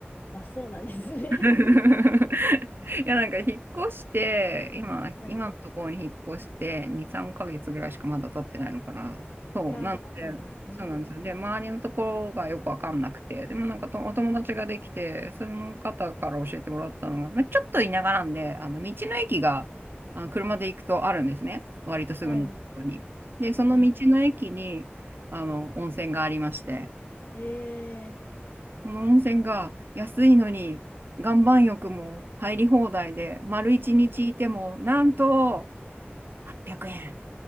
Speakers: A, on the left; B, on the right.
A: あ、そうなんですね。
B: <laughs> いや、なんか引っ越して、今、
A: <laughs> はい。
B: 今のところに引っ越して、2、3ヶ月ぐらいしかまだ経ってないのかな。そう、
A: いやー、
B: なんで、
A: そうなんですね。
B: そうなんですよ。で、周りのところがよくわかんなくて、でもなんかとお友達ができて、その方から教えてもらったのが、まあ、ちょっと田舎なんで、あの、道の駅が、あの、車で行くとあるんですね。割とすぐのところに。
A: はい。
B: で、その道の駅に、
A: はい。
B: あの、温泉がありまして、
A: ええ
B: この温泉が安いのに岩盤浴も入り放題で、丸一日いても、なんと800円。